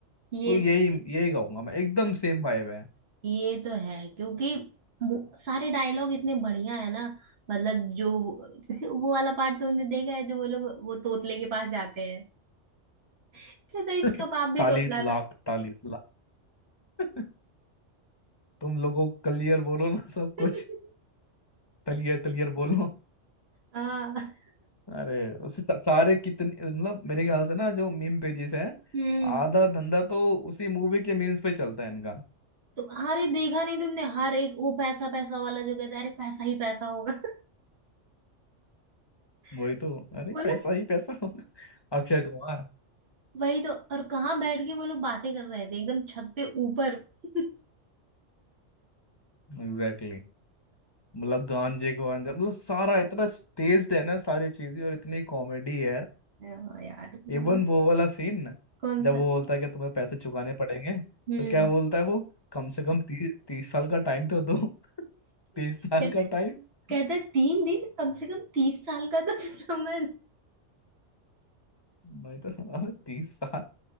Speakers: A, on the right; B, on the left.
A: ये
B: तो यही यही कहूंगा मैं एकदम सेम वाइब है
A: ये तो है क्योंकि वो- सारे डायलॉग इतने बढ़िया है ना मतलब जो वो <laughs> वो वाला पार्ट तुमने देखा है जो वो लोग वो तोतले के पास जाते हैं कहता है, इसका
B: <laughs>
A: बाप भी
B: तालीस
A: तोतला था
B: लाख तालीस लाख <laughs> तुम लोगों क्लियर बोलो ना सब
A: <laughs>
B: कुछ क्लियर क्लियर बोलो
A: हाँ
B: अरे उससे सा- सारे कितने मतलब मेरे ख्याल से ना जो मीम पेजेस हैं
A: हम्म
B: आधा धंधा तो उसी मूवी के मीम्स पे चलता है इनका
A: तो अरे देखा नहीं तुमने हर एक वो पैसा पैसा वाला जो कहता है अरे पैसा ही पैसा होगा
B: वही
A: <laughs>
B: तो अरे
A: बोला
B: पैसा ही पैसा होगा। अक्षय कुमार
A: वही तो और कहाँ बैठ के वो लोग बातें कर रहे थे एकदम छत पे ऊपर <laughs>
B: Exactly exactly. मतलब गांजे को अंदर मतलब सारा इतना स्टेज्ड है ना सारी चीजें और इतनी कॉमेडी है
A: हाँ यार वो
B: इवन वो वाला सीन
A: कौन
B: जब
A: सा
B: वो बोलता है कि तुम्हें पैसे चुकाने पड़ेंगे
A: हम्म
B: तो क्या बोलता है वो कम से कम ती, तीस साल का टाइम तो दो <laughs> तीस साल
A: <laughs>
B: का टाइम
A: कहता
B: <laughs>
A: है तीन दिन कम से कम तीस साल का तो समय
B: नहीं तो अबे तीस साल